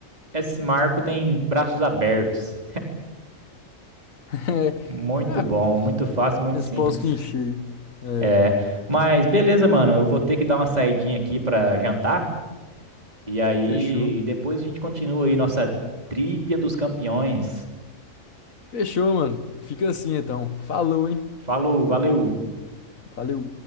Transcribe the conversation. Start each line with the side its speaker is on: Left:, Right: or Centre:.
Right: esse marco tem braços abertos.
Left: É,
Right: Muito
Left: ah,
Right: bom, muito fácil, muito
Left: resposta
Right: simples.
Left: encher. É,
Right: É. Mas beleza, mano, eu vou ter que dar uma saidinha aqui pra jantar. E aí,
Left: fechou.
Right: depois a gente continua aí nossa trivia dos campeões.
Left: Fechou, mano. Fica assim então. Falou, hein?
Right: Falou, valeu!
Left: Valeu.